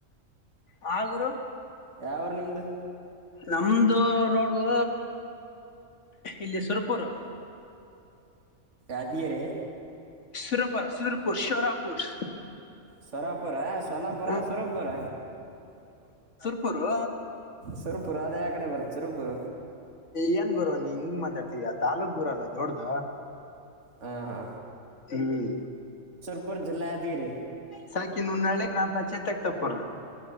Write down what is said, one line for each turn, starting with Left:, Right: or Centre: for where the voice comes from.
Left: ಹ ಗುರು
Right: ಯಾವ ಅವರು ನಿಮ್ದು
Left: ನಮ್ದು ನೋಡ್ರು ಇಲ್ಲಿ ಸುರಪೂರು
Right: ಅಧಿಯರೆ
Left: ಸರಪ ಸುರಪುರ್ ಶೋರಾಪುರ್
Right: ಸೊರಪುರ ಸೊಲ್ಲಾಪುರ
Left: ಹ
Right: ಸೊರಪುರ
Left: ಅವರು
Right: ಸರ್ ಪುರದೇ ಕಡೆ ಬರುತ್ ಸರ್ಪುರ
Left: ಏನ್ ಗುರ ನೀ ಹಿಂಗ್ ಮಾತಾಡ್ತಯಾ ತಾಲೂಕ್ ಗುರದ ದೊಡ್ಡ್ದ
Right: ಹಾ ಹಾ
Left: ಹ್ಮ್
Right: ಇಬ್ಬರ್ ಜಲ್ಲ ಅದಿರಿ
Left: ಸಕ ಇನ್ನುನ್ನೆ ಗ್ರಾಮ ಪಂಚಾಯತ್ಗ್ ತಪ್ಪಲ್